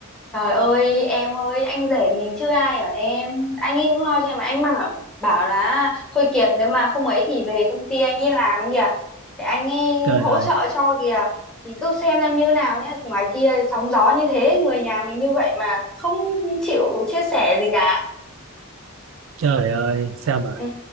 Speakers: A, in the centre; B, on the right.
A: Trời ơi em ơi anh rể mình chưa ai ở em anh ấy cũng lo cho em mà anh mang bảo, bảo là thôi Kiệt nếu mà không ấy thì về công ty anh ấy làm kìa để anh ấy
B: Trời
A: hỗ
B: ơi,
A: trợ cho kìa thì cứ xem em như nào nhá ngoài kia sóng gió như thế người nhà mình như vậy mà không chịu chia sẻ gì cả
B: trời ơi, sao mà
A: ừ